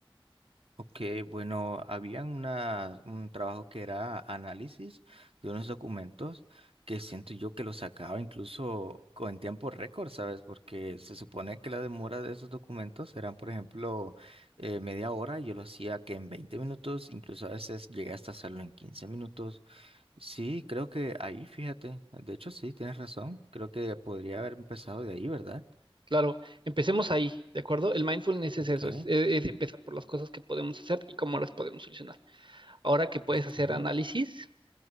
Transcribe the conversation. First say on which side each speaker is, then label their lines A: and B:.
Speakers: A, on the right; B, on the right.
A: Ok, bueno, había una, un trabajo que era análisis de unos documentos que siento yo que lo sacaba incluso co- en tiempo récord, ¿sabes? Porque se supone que la demora de esos documentos eran, por ejemplo, eh, media hora, y yo lo hacía que en 20 minutos, incluso a veces llegué hasta hacerlo en 15 minutos. Sí, creo que ahí, fíjate, de hecho sí, tienes razón, creo que podría haber empezado de ahí, ¿verdad?
B: Claro, empecemos ahí, ¿de acuerdo? El mindfulness es
A: Ok,
B: eso, es, e-, es empezar por las cosas que podemos hacer y cómo las podemos solucionar. Ahora que puedes
A: ok.
B: hacer análisis